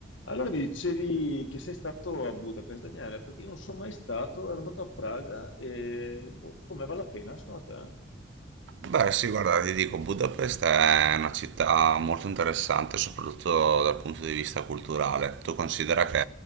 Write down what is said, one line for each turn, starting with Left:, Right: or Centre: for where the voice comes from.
Left: Allora mi dicevi che sei stato a Budapest, Daniele, perché io non sono mai stato, ero andato a Praga e boh, com'è vale la pena secondo te?
Right: Beh, sì, guarda, ti dico, Budapest è una città molto interessante, soprattutto dal punto di vista culturale. Tu considera che